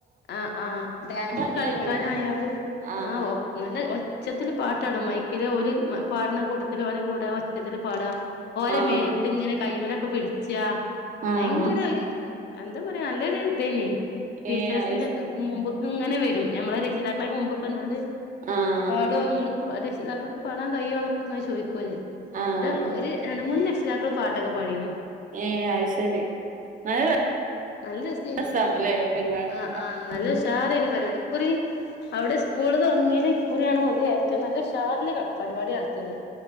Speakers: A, on the left (about 60°); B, on the right (about 40°).
A: ആ ആ ഡാൻസ്
B: അങ്ങനെയല്ലേ
A: കളിക്കാനായാലും
B: ആഹ്
A: ആ ഒ നല്ല ഒച്ചത്തിൽ പാ ട്ടിടും മൈക്കില് ഓര് മ പാട്ണകൂട്ടത്തില് ഓലെകൂട ഒച്ചത്തിൽ പാടാ ഓരേ
B: ആഹ്
A: മേത്ത് ങ്ങനെ കൈമലൊ ഒക്കെ പിടിച്ചാ
B: ആഹ്
A: ഭയങ്കര ഒര് എന്താ പറയ നല്ലൊരു ദേനി
B: ഏ അ
A: ങ്ങൾക്ക് മുമ്പ് ഇങ്ങനെ വരും നമ്മള രക്ഷിതാക്കളെക്കെ മുമ്പ് പ്പന ത്
B: ആഹ്
A: പാടോ ഇങ്ങൾ രക്ഷിതാക്കൾക്ക് പാടാൻ കയ്യോ ന്നൊക്കെങ്ങനെ ചോയ് കോര്
B: ആഹ്
A: ത ഒര് രണ്ട്മൂന്ന് രക്ഷ് താക്കള് പാട്ടൊക്കെ പാടീനു
B: ഏ അഅ് ശെരി നല്ല
A: നല്ല രസേനി
B: രസാവുല്ലേ പരിപാടിയൊക്കെ
A: ആ
B: ഉണ്ട
A: ആ നല്ല
B: ഉം
A: ഉഷാറേനി പരിപാടി ഇകുറി അവിടെ സ്കൂള് തൊടങ്ങെയ്‌ല് ഇക്കുറിയാണ് ഏറ്റവും നല്ല ഉ ഷാർല് ക പരിപാടി നടത്തിയത്